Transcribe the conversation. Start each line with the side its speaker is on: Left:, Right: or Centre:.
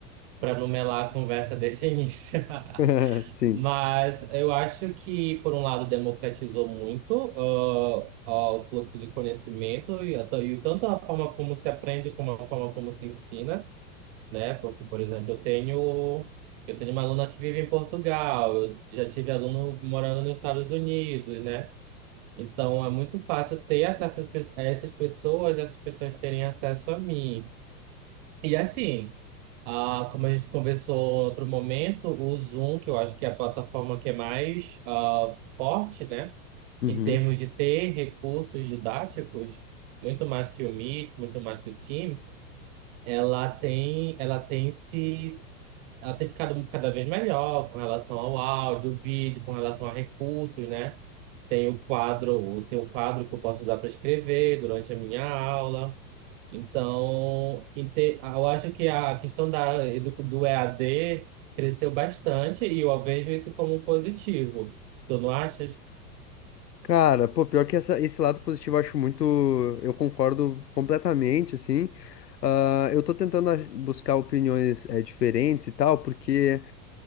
Right: para não melar a conversa desde o início.
Left: <laughs>
Right: <laughs>
Left: Sim.
Right: Mas eu acho que, por um lado, democratizou muito ah, ah, o fluxo de conhecimento e, a ta- e tanto a forma como se aprende como a forma como se ensina, né? Porque, por exemplo, eu tenho, eu tenho uma aluna que vive em Portugal, eu já tive aluno morando nos Estados Unidos, né? Então é muito fácil ter acesso às pe- a essas pessoas, essas pessoas terem acesso a mim. E assim, ah, como a gente conversou em outro momento, o Zoom, que eu acho que é a plataforma que é mais ah, forte, né,
Left: Uhum.
Right: em termos de ter recursos didáticos, muito mais que o Meet, muito mais que o Teams, ela tem, ela tem se Ela tem ficado cada vez melhor com relação ao áudio, vídeo, com relação a recursos, né? Tem o quadro, tem um quadro que eu posso usar para escrever durante a minha aula. Então, inte- eu acho que a questão da, edu- do EAD cresceu bastante e eu vejo isso como positivo. Tu não achas?
Left: Cara, pô, pior que essa- esse lado positivo eu acho muito. Eu concordo completamente, assim. Ah, eu tô tentando ach- buscar opiniões eh, diferentes e tal, porque.